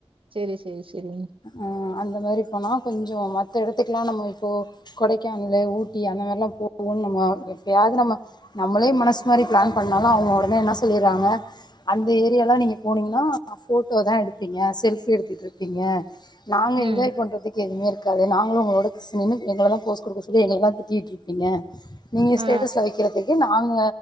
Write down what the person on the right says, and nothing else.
செரி செரி செரிங்க
ம்
ஆ